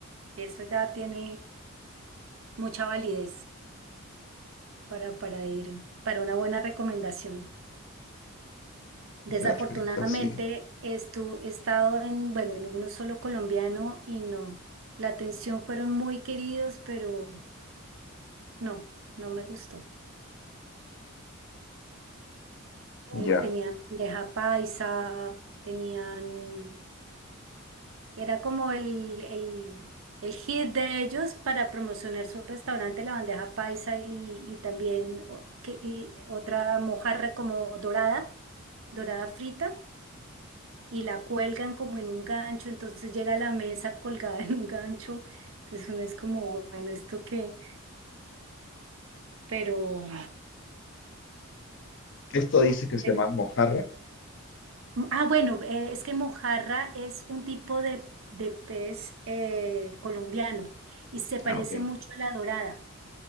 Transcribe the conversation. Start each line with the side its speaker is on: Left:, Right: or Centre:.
Right: eso ya tiene mucha validez para, para ir, para una buena recomendación. Desafortunadamente,
Left: Perfecto, sí.
Right: estu- he estado en, bueno, en uno solo colombiano y no. La atención fueron muy queridos, pero no, no me gustó.
Left: Ya.
Right: Eh, tenían bandeja paisa, tenían, era como el, el, el hit de ellos para promocionar su restaurante, la bandeja paisa y, y también o- que- y otra mojarra como dorada, dorada frita. y la cuelgan como en un gancho, entonces llega a la mesa colgada <laughs> en un gancho, entonces uno es como, bueno, ¿esto qué? Pero,
Left: Esto dice que se
Right: pero-
Left: llama mojarra.
Right: ah, bueno, eh, es que mojarra es un tipo de, de pez eh, colombiano y se parece
Left: Ah, ok.
Right: mucho a la dorada.